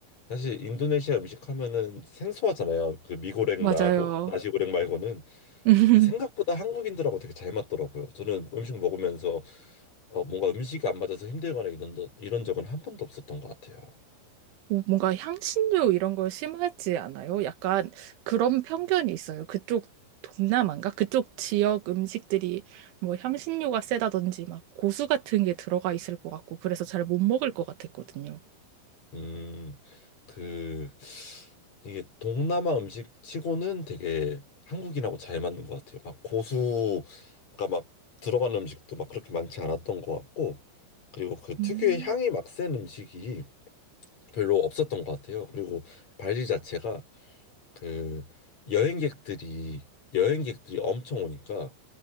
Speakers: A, on the left; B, on the right.
A: 사실 인도네시아 음식 하면은 생소하잖아요. 그 미고랭
B: 맞아요.
A: 나고 나시고랭 말고는
B: <laughs>
A: 근데 생각보다 한국인들하고 되게 잘 맞더라고요. 저는 음식 먹으면서 어, 뭔가 음식이 안 맞아서 힘들거나 이런 더- 이런 적은 한 번도 없었던 것 같아요.
B: 오, 뭔가 향신료 이런 거 심하지 않아요? 약간 그런 편견이 있어요. 그쪽 동남아인가? 그쪽 지역 음식들이 뭐 향신료가 세다든지 막 고수 같은 게 들어가 있을 것 같고 그래서 잘 못 먹을 것 같았거든요.
A: 음, 그 이게 동남아 음식 치고는 되게 한국인하고 잘 맞는 것 같아요. 막 고수가 막 들어가는 음식도 막 그렇게 많지 않았던 것 같고, 그리고 그
B: 음,
A: 특유의 향이 막 센 음식이 별로 없었던 것 같아요. 그리고 발리 자체가 그 여행객들이 여행객들이 엄청 오니까